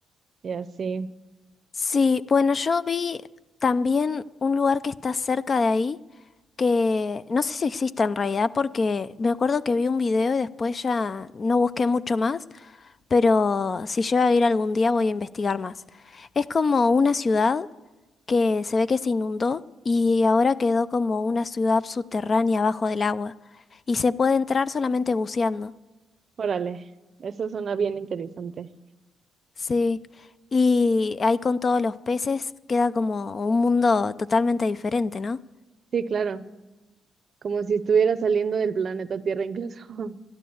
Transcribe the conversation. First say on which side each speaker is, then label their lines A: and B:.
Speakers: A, on the right; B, on the left.
A: y así.
B: Sí, bueno, yo vi también un lugar que está cerca de ahí, que no sé si existe en realidad, porque me acuerdo que vi un video y después ya no busqué mucho más, pero si llego a ir algún día voy a investigar más. Es como una ciudad que se ve que se inundó y ahora quedó como una ciudad subterránea bajo del agua y se puede entrar solamente buceando.
A: Órale, eso suena bien interesante.
B: Sí, y ahí con todos los peces queda como un mundo totalmente diferente, ¿no?
A: Sí, claro, como si estuviera saliendo del planeta Tierra incluso. <laughs>